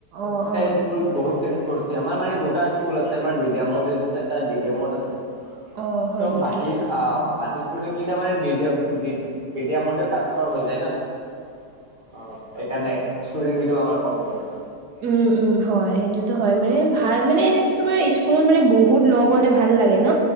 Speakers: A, on the right; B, on the right.
A: অ অ
B: এ স্কুল বহুত চেঞ্জ কৰিছিল। আমাৰ মানে দুটা স্কুল আছে আমাৰ বি ডি মডিত আছে, তাৰ ডি ড মত আছে।
A: অ হয়
B: ত
A: নেকি
B: বাকী আহ বাকী ষ্টোডেটেনইটা মানে দি দিয় দি। বিদ্যা মন্দিৰও ট্ৰানঞ্চফাৰ হৈ যায় ন অ সেইকাৰণে। ষ্টুডেণ্ট গিটাও আাৰ কম হৈ যায়।
A: উম উম হয় সেইটোতো হয় মানে ভাল মানে এনে তোমাৰ স্কুলত মানে বহুত লগ হলে ভাল। লাগে ন।